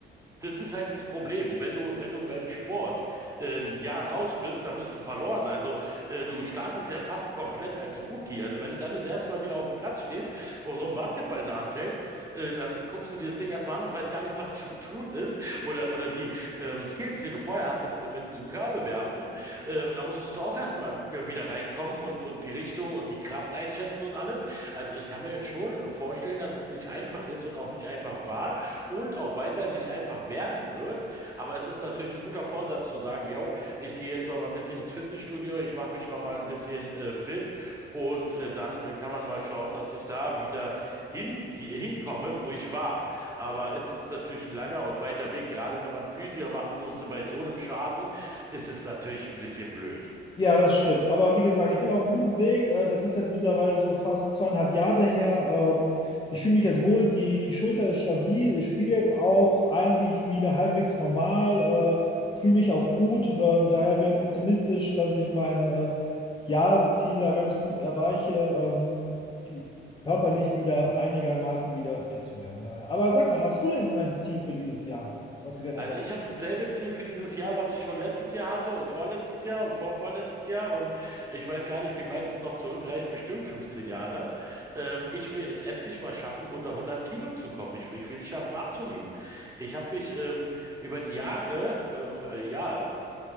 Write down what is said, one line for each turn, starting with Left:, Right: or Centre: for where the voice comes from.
Right: Das ist halt das Problem. Wenn du, wenn du beim Sport äh, ein Jahr raus bist, dann bist du verloren. Also äh, du startest ja fast komplett als Rookie. Also wenn du dann das erste Mal wieder auf dem Platz stehst und so einen Basketball in der Hand hältst, äh, dann guckst du dir das Ding erstmal an und weißt gar nicht, was zu tun ist. Oder, oder die ähm, Skills, die du vorher hattest äh, mit dem Körbe werfen, äh, da musstest du auch erstmal äh, wieder reinkommen und, und die Richtung und die Kraft einschätzen und alles. Also ich kann mir schon vorstellen, dass es nicht einfach ist und auch nicht einfach war und auch weiter nicht einfach werden wird. Aber es ist natürlich ein guter Vorsatz zu sagen, yo, ich gehe jetzt noch mal ein bisschen ins Fitnessstudio, ich mache mich noch mal ein bisschen äh, fit und äh, dann äh, kann man mal schauen, dass ich da wieder hin, hinkomme, wo ich war. Aber es ist natürlich ein langer und weiter Weg. Gerade wenn man Physio machen musste bei so einem Schaden, ist es natürlich ein bisschen blöd.
Left: Ja, das stimmt. Aber wie gesagt, ich bin auf einem guten Weg. Äh, Das ist jetzt mittlerweile so fast zweieinhalb Jahre her. Ähm, Ich fühle mich jetzt wohl, die Schulter ist stabil. Ich spiele jetzt auch eigentlich wieder halbwegs normal, äh, fühle mich auch gut. Ähm, Daher bin ich optimistisch, dass ich mein äh, Jahresziel da ganz gut erreiche, ähm, die- körperlich wieder einigermaßen wieder fit zu werden. Daher. Aber sag mal, hast du denn ein Ziel für dieses Jahr, was du gerne
Right: Also ich habe dasselbe Ziel für dieses Jahr, was ich schon letztes Jahr hatte und vorletztes Jahr und vorvorletztes Jahr und ich weiß gar nicht, wie weit es noch zurückreicht, bestimmt 15 Jahre. Ähm, ich will es endlich mal schaffen, unter 100 Kilo zu kommen. Ich, will- ich will es schaffen, abzunehmen. Ich habe mich ähm, über die Jahre, ähm, äh, ja,